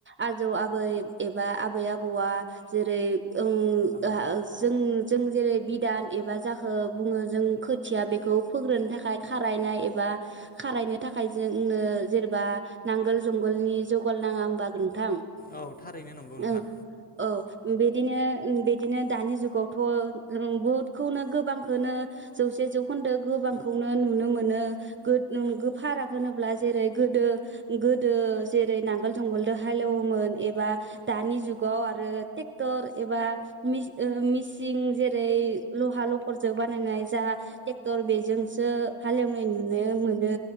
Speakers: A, on the right; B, on the left.
A: आजौ आ बै एबा आबै आबौआ जेरै ओं
B: आंनि
A: आ जों जों जेरै बिदान एबा जाखो बुङो जों खोथिया बेखौ फोग्रोनो थाखाय खारायनाय एबा खारायनो थाखाय जोंनो जेनेबा नांगोल जुंगोलनि जौगाल नाङा होमबा नोंथां?
B: औ थारैनो नंगौ नोंथां
A: ओं औ। बिदिनो ओ बिदिनो दानि जुगावथ' ओ बुहुदखौनो गोबांखौनो जौसे जौखोन्दो गोबांखौ नो नुनो मोनो गो फाराग होनोब्ला जेरै गो गोदो जेरै नांगोल जुंगालजों हालेवोमोन एबा दानि जुगाव आरो ट्रेक्टर एबा मि ओ मिसिं जेरै लहा लखरजों बानायनाय जा ट्रेक्टर बेजों सो हालेवनाय नुनो मोनो